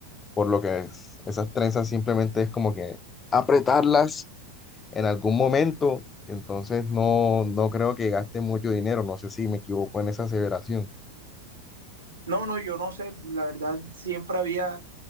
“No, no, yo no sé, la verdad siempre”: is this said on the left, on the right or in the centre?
Right